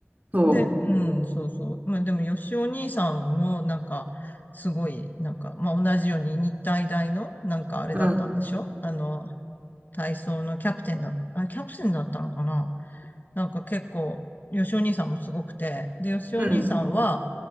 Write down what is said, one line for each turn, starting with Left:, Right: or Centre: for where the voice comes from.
Right: そう、
Left: う。で、うん、そうそう。まあでも、よしお兄さんも、なんか、すごい、なんか、まあ同じように日体大の、なんかあれだったんでしょあの、
Right: うん、
Left: 体操のキャプテンだ、あ、キャプテンだったのかななんか結構、よしお兄さんもすごくて、で、よしお兄さんは、
Right: うん、